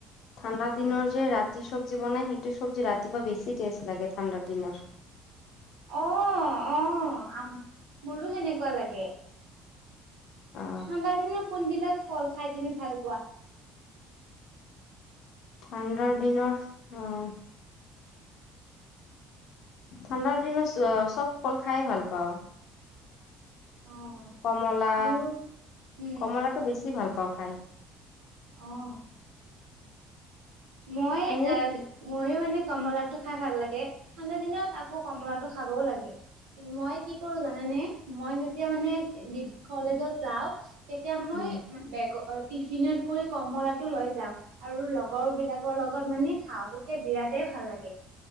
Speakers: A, on the left; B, on the right.
A: ঠাণ্ডাৰ দিনৰ যে ৰাতি চব্জি বনাই সেইটো চব্জি ৰাতিপুৱা বেছি টেষ্ট লাগে ঠাণ্ডাৰ দিনত
B: অ অ আম মোৰো সেনেকুৱা লাগে
A: অ
B: ঠাণ্ডা দিনৰ কোনবিলাক ফল খাই তুমি ভাল পোৱা
A: ঠাণ্ডাৰ দিনৰ অ ঠাণ্ডাৰ দিনত চব ফল খাই এ ভাল পাওঁ।
B: অ,
A: কমলা
B: মোৰ উম
A: কমলাটো বেছি ভাল পাওঁ খাই।
B: অ, মই
A: তুমি
B: এ ময়ো মানে কমলাটো খাই ভাল লাগে ঠাণ্ডা দিনত আকৌ কমলাটো খাবও লাগে। মই কি কৰো জানানে মই যেতিয়া মানে বি কলেজত যাও তেতিয়া মই
A: উম
B: বেগ টিফিনত কৰি কমলা টো লৈ যাওঁ আৰু লগৰ বিলাক লগত মানে খাওঁ তেতিয়া বিৰাটেই ভাল লাগে।